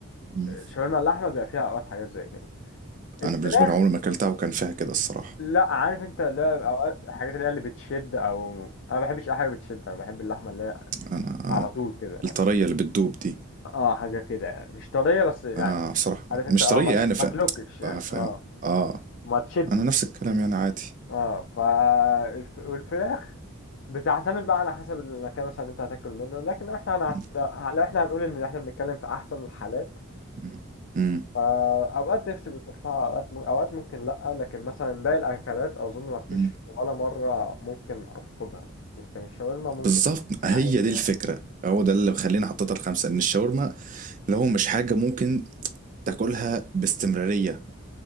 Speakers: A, on the right; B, on the left.
A: مم.
B: شاورما اللحمه بيبقى فيها اوقات حاجات زي كده الفراخ
A: أنا بالنسبة لي عمري ما أكلتها وكان فيها كده الصراحة
B: لا عارف انت لا اوقات الحاجات اللي هي اللي بتشد او انا ما بحبش اي حاجه بتشد انا بحب اللحمه اللي هي
A: أنا
B: على طول كده
A: الطرية
B: يعني.
A: اللي بتدوب دي
B: اه حاجه كده يعني مش طريه بس يعني
A: انا بصراحة
B: عارف انت
A: مش
B: اه
A: طريقي
B: ما
A: انا ف
B: ما تلوكش يعني
A: بقى فاهم
B: اه
A: اه
B: ما تشدش
A: انا نفس الكلام يعني عادي
B: اه فالف... والفراخ بتعتمد بقى على حسب المكان مثلا اللي انت هتاكل منه لكن لو احنا هنعت...
A: مم.
B: لو احنا هنقول ان احنا بنتكلم في احسن الحالات
A: مم. مم.
B: فاوقات نفسي بتروح لها اوقات م... اوقات ممكن لا لكن مثلا باقي الاكلات اظن ما فيش
A: مم.
B: ولا مره ممكن ارفضها لكن الشاورما ممكن
A: بالظبط هي
B: عادي
A: دي
B: يعني
A: الفكرة هو
B: آه،
A: ده اللي مخليني حطيتها الخمسة ان الشاورما لو مش حاجة ممكن تاكلها باستمرارية